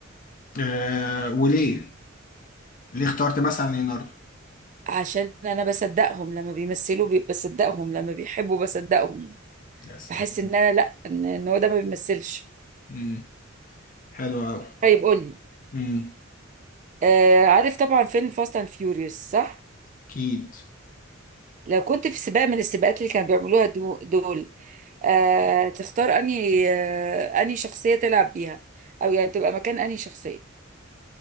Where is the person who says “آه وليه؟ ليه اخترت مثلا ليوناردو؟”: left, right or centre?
Left